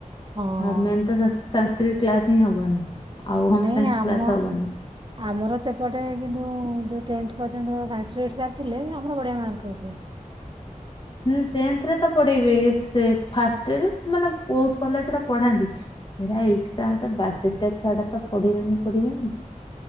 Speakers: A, on the right (about 35°); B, on the left (about 35°).
A: ହଁ
B: ଆଉ ମେନ୍ ତ ସଂସ୍କୃତ କ୍ଲାସ ହିଁ ହବନି। ଆଉ ହୋମ
A: ନାଇଁ
B: ସାଇନ୍ସ
A: ଆମ
B: କ୍ଲାସ ହବନି
A: ଆମର ସେପଟେ କିନ୍ତୁ ଯୋଉ ଟେନ୍ଥ ପର୍ଯ୍ୟନ୍ତ ସଂସ୍କୃତ ସାର୍ ଥିଲେ ଆମର ବଢିଆ ମାର୍କ କୋଉଠି?
B: ହୁଁ ଟେନ୍ଥରେ ତ ପଢେଇବେ ଏ ଫାଷ୍ଟ ଇଅର୍ ମାନେ ବହୁତ କଲେଜରେ ପଢାନ୍ତି। ହେଇରା ଏଇଠି ତ ଆମେ ତ ବାଦଟା ଛୁଆ ଟା ତ ପଢିବନି ପଢିବେନି।